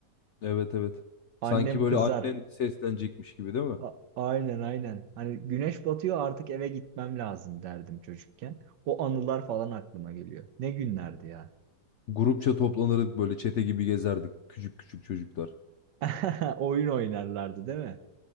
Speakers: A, on the left; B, on the right.
A: Evet evet.
B: Annem
A: Sanki böyle
B: kızar.
A: annen seslenecekmiş gibi değil mi?
B: A- aynen aynen. Hani güneş batıyor artık eve gitmem lazım derdim çocukken. O anılar falan aklıma geliyor. Ne günlerdi ya.
A: Grupça toplanırdık böyle çete gibi gezerdik küçük küçük çocuklar.
B: <laughs> Oyun oynarlardı değil mi?